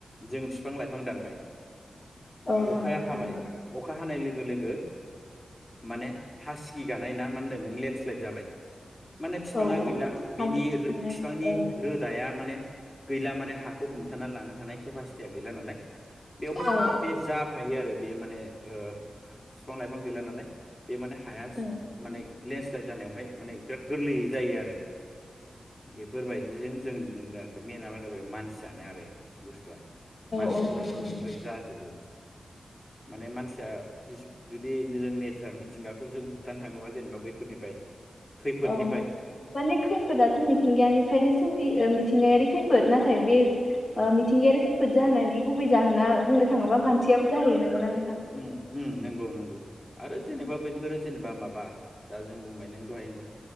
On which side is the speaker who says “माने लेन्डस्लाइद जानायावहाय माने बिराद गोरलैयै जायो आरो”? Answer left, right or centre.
Left